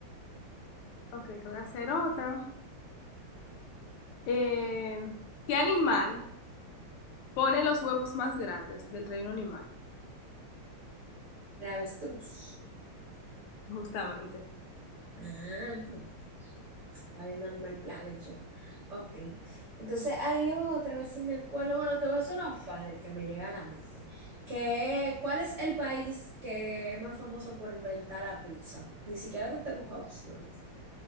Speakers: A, on the left; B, on the right.
A: Ok, te voy a hacer otra. Eh, ¿qué animal pone los huevos más grandes del reino animal?
B: El avestruz.
A: Justamente.
B: Ah, pues, está viendo Animal Planet yo. Ok. Entonces hay otra vez si me acuerdo, bueno, te voy a hacer una fácil que me llega a la mente. Que, ¿cuál es el país que es más famoso por inventar la pizza? Ni siquiera te tengo que opciones.